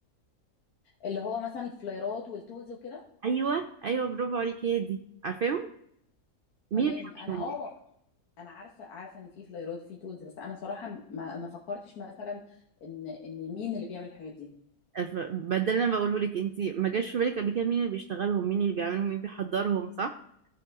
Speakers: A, on the left; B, on the right.
A: اللي هو مثلا الفلايرات والتولز وكده
B: أيوة أيوة برافو عليكي هي دي عارفاهم مين
A: تمام
B: بيعملهم
A: انا اه انا عارفه عارفه ان في فلايرات في تولز بس انا صراحه ما ما فكرتش مثلا ان ان مين اللي بيعمل الحاجات دي
B: ف- بدل ما بقوله لك انتي ما جاش في بالك قبل كده مين اللي بيشتغلهم مين اللي بيعملهم مين بيحضرهم صح